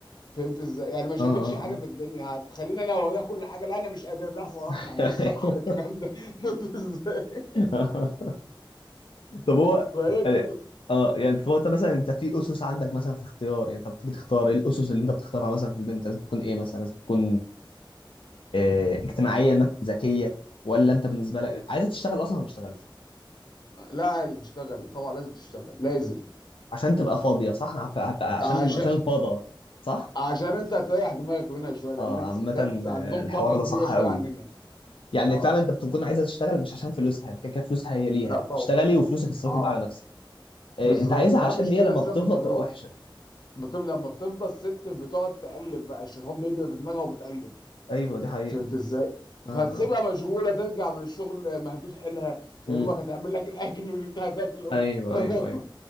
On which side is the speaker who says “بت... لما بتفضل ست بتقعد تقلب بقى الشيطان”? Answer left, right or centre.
Left